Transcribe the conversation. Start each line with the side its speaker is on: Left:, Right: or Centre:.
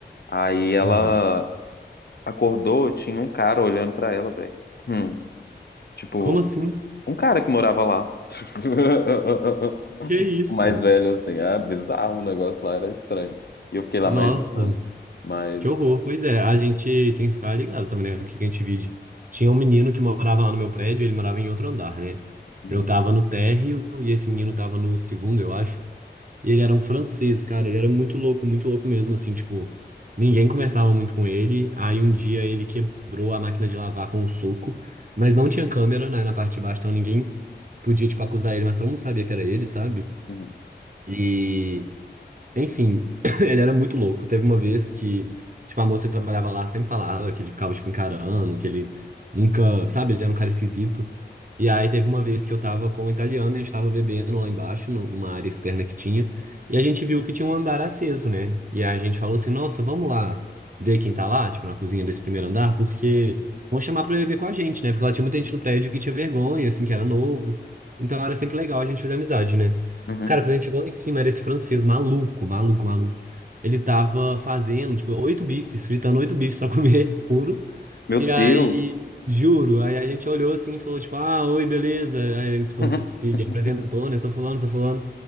Left: Aí ela,
Right: Uhum.
Left: Acordou, tinha um cara olhando pra ela, velho. Hum, tipo,
Right: Como assim?
Left: um cara que morava lá. <laughs>
Right: Que isso?
Left: O mais velho, assim, ah, bizarro, o negócio lá era estranho. E eu fiquei lá
Right: Nossa.
Left: mais de um ano. Mas.
Right: Que horror. Pois é, a gente tem que ficar ligado também, né? O que que a gente vive. Tinha um menino que morava lá no meu prédio, ele morava em outro andar, né?
Left: Uhum,
Right: Eu tava no térreo e esse menino tava no segundo, eu acho. E ele era um francês, cara. Ele era muito louco, muito louco mesmo, assim, tipo, ninguém conversava muito com ele. Aí um dia ele quebrou a máquina de lavar com um soco, mas não tinha câmera, né, na parte de baixo, então ninguém podia, tipo, acusar ele, mas todo mundo sabia que era ele, sabe?
Left: uhum,
Right: e enfim, <coughs> <clears throat> ele era muito louco. Teve uma vez que, tipo, a moça que trabalhava lá sempre falava que ele ficava, tipo, encarando, que ele nunca, sabe, ele era um cara esquisito. E aí teve uma vez que eu tava com o italiano, a gente tava bebendo lá embaixo, no- numa área externa que tinha, e a gente viu que tinha um andar aceso, né? E aí a gente falou assim, nossa, vamos lá ver quem tá lá, tipo, na cozinha desse primeiro andar, porque vão chamar pra beber com a gente, né? Porque lá tinha muita gente no prédio que tinha vergonha, assim, que era novo. Então era sempre legal a gente fazer amizade, né?
Left: uhum.
Right: Cara, quando a gente chegou lá em cima, era esse francês maluco, maluco, maluco. Ele tava fazendo, tipo, oito bifes, fritando oito bifes pra <laughs> comer puro.
Left: Meu
Right: E
Left: Deus!
Right: aí, juro, aí a gente olhou assim e falou, tipo, ah, oi, beleza. Aí a gente se
Left: <laughs>
Right: com- se apresentou, né? Sou fulano, sou fulano.